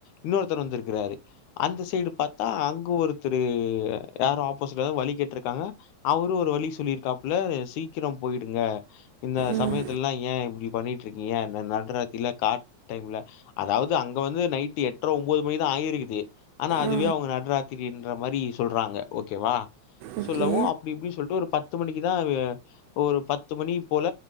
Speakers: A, on the left; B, on the right.
A: இன்னொருத்தர் வந்திருக்கிறாரு அந்த சேடு பாத்தா அங்க ஒருத்தர் யாரு ஆப்போசிட்ட வழி கேட்டுருக்காங்க அவரு ஒரு வழி சொல்லிருக்காப்ல சீக்கிரபொயிடுங்க இந்த
B: ம்
A: சமயத்துலல்லா ஏ இப்டி பண்ணிட்டுருக்கீங்க நட்ராத்தில காட்டைம்ல அதாவ்து அங் க வந்து நைட் எட்ர ஒம்போது மணிதா ஆயிருக்குது ஆனா அதுவே
B: ஆ
A: அவுங்க நடுராத்தி அப்பின்ற மாரி சொல்றாங்க ஓக்கேவா
B: ஓகே
A: சொல்லவு அப்டி இப்டி சொல்ட்டு ஒரு பத்து மணிக்குதா ஒரு பத்து மணி போல